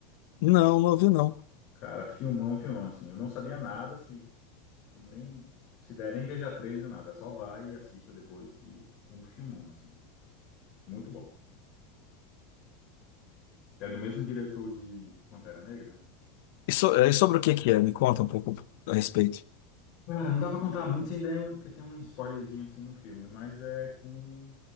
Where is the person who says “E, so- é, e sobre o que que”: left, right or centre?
Left